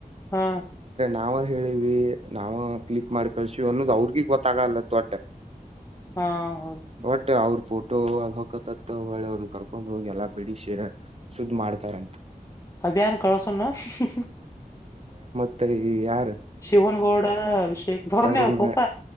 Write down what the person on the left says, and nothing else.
ಹ್ಮ್
ಹಾ ಹೌದು
ಅಭಿಯಾನ ಕಳಸಣ <inaudible>
ಶಿವನಗೌಡ ಅಭಿಷೇಕ್ ಧೋರಣಿ
ಅದ ಕೋಪ